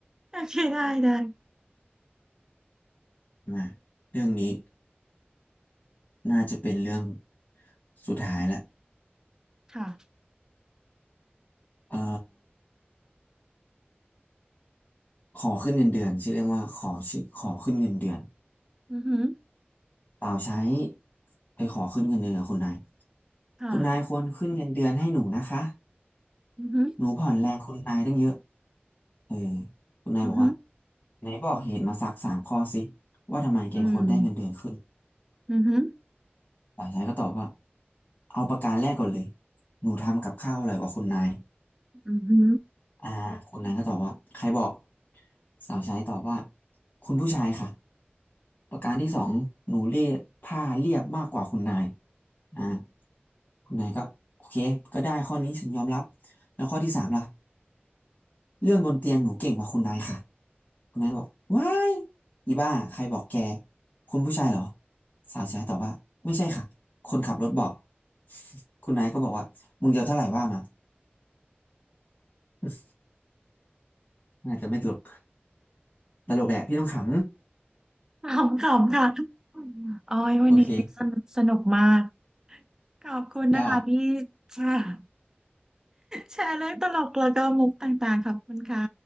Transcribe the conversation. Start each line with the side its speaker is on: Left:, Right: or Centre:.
Right: โอเคได้ได้
Left: มาเรื่องนี้น่าจะเป็นเรื่องสุดท้ายละ
Right: ค่ะ
Left: เอ่อขอขึ้นเงินเดือนชื่อเรื่องว่าขอชื่อขอขึ้นเงินเดือน
Right: อือฮึ
Left: เปล่าใช้ไปขอขึ้นเงินเดือนกับคุณนาย
Right: ค่ะ
Left: คุณนายควรขึ้นเงินเดือนให้หนูนะคะ
Right: อือฮึ
Left: หนูผ่อนแรงคุณนายตั้งเยอะ เออคุณนายบอกว่า
Right: อือฮึ
Left: ไหนบอกเหตุมาสักสามข้อสิว่าทำไมแกควรได้เงินเดือนขึ้นต
Right: อืมอือฮึ
Left: ล่าใช้ก็ตอบว่าเอาประการแรกก่อนเลยหนูทำกับข้าวอร่อยกว่าคุณนาย
Right: อือฮึ
Left: อ่าคนนั้นก็ตอบว่าใครบอกสาวใช้ตอบว่าคุณผู้ชายค่ะประการที่สองหนูเรียบผ้าเรียบมากกว่าคุณนายอ่าคุณนายก็โอเคก็ได้ข้อนี้ฉันยอมรับแล้วข้อที่สามล่ะเรื่องบนเตียงหนูเก่งกว่าคุณนายค่ะคุณนายก็บอกว้ายอีบ้าใครบอกแกคุณผู้ชายเหรอสาวใช้ตอบว่าไม่ใช่ค่ะคนขับรถบอก <laughs> คุณนายก็บอกว่ามึงจะเอาเท่าไหร่ว่ามา <laughs> อาจจะไม่ตลกตลกแหละพี่ต้องขำ
Right: ขำขำค่ะโอ้ยวันนี้สนุกสนุกมาก
Left: โอเค
Right: ขอบคุณนะคะพี่
Left: ยอด
Right: แชร์แชร์เรื่องตลกแล้วก็มุกต่างๆขอบคุณค่ะ